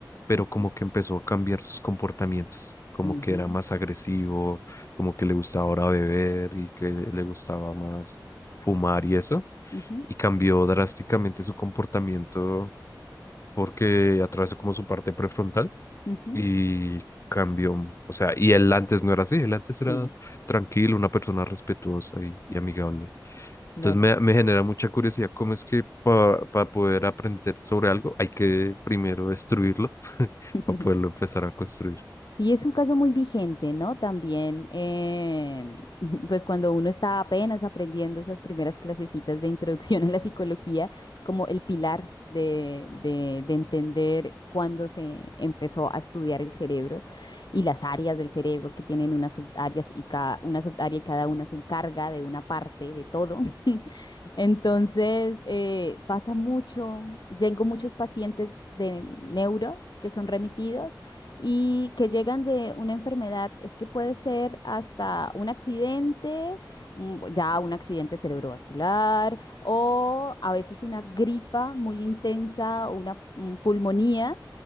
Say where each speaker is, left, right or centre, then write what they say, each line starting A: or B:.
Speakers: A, on the left; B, on the left.
A: pero
B: ujú,
A: como que empezó a cambiar sus comportamientos, como
B: ujú,
A: que era más agresivo, como que le gustaba ahora beber y que le gustaba más fumar y eso
B: ujú,
A: y cambió drásticamente su comportamiento porque atravesó como su parte prefrontal
B: ujú,
A: y cambió, o sea, y él antes no era así, él antes
B: Sí,
A: era tranquilo, una persona respetuosa y, y amigable.
B: claro.
A: Entonces me, me genera mucha curiosidad cómo es que para poder aprender sobre algo hay que primero destruirlo <laughs>
B: <laughs>
A: para poderlo empezar a construir.
B: Sí, es un caso muy vigente, ¿no? También, em, <laughs> pues cuando uno está apenas aprendiendo esas primeras clasecitas de introducción a la psicología, es como el pilar de, de, de entender cuándo se empezó a estudiar el cerebro y las áreas del cerebro que tienen unas subáreas y cada, una subárea y cada una se encarga de una parte de todo. <laughs> Entonces, eh, pasa mucho, tengo muchos pacientes de neuro que son remitidos y que llegan de una enfermedad, es que puede ser hasta un accidente, mm, ya un accidente cerebrovascular o a veces una gripa muy intensa o una mm, pulmonía